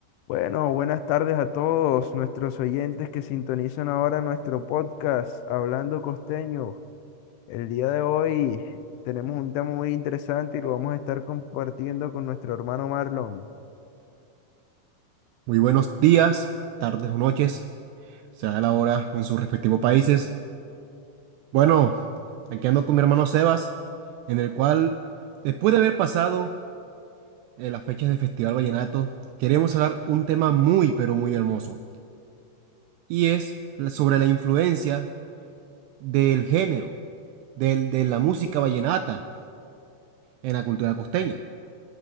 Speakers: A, on the left; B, on the right.
A: Bueno, buenas tardes a todos nuestros oyentes que sintonizan ahora nuestro podcast Hablando Costeño. El día de hoy tenemos un tema muy interesante y lo vamos a estar compartiendo con nuestro hermano Marlon.
B: Muy buenos días, tardes o noches, sea la hora en sus respectivos países. Bueno, aquí ando con mi hermano Sebas, en el cual, después de haber pasado eh, las fechas del Festival Vallenato, queremos hablar un tema muy, pero muy hermoso, y es la- sobre la influencia del género, del- de la música vallenata en la cultura costeña.